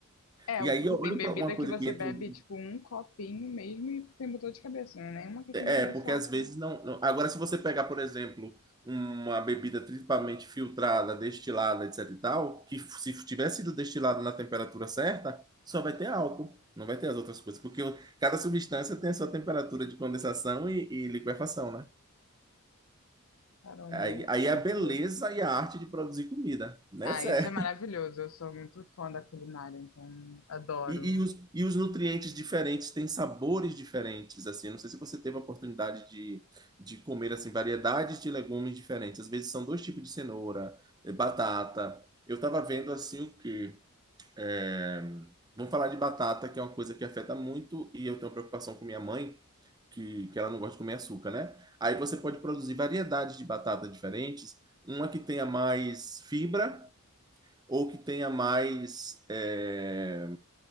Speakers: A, on the left; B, on the right.
A: É,
B: E
A: o-
B: aí
A: porque
B: olha
A: tem bebida
B: pra uma coisa
A: que você
B: que entra.
A: bebe,
B: o-
A: tipo, um copinho mesmo e tem dor de cabeça, não é nem uma questão
B: É,
A: de ressaca.
B: porque às vezes não. não- Agora, se você pegar, por exemplo, uma bebida principalmente filtrada, destilada, etc e tal, que f- se tivesse sido destilada na temperatura certa, só vai ter álcool, não vai ter as outras coisas. Porque o- cada substância tem a sua temperatura de condensação e, e liquefação, né?
A: Caramba,
B: Aí, aí
A: isso é
B: é
A: muito
B: a beleza
A: doido.
B: e a arte de produzir comida, né?
A: Ah,
B: Essa
A: isso
B: é
A: é maravilhoso. Eu sou muito fã da culinária, então adoro.
B: E, e os, e os nutrientes diferentes têm sabores diferentes, assim. Não sei se você teve a oportunidade de, de comer, assim, variedades de legumes diferentes. Às vezes são dois tipos de cenoura, eh, batata. Eu estava vendo, assim, o quê? É, Vamos falar de batata, que é uma coisa que afeta muito, e eu tenho preocupação com minha mãe, que, que ela não gosta de comer açúcar, né? Aí você pode produzir variedades de batata diferentes, uma que tenha mais fibra ou que tenha mais eh,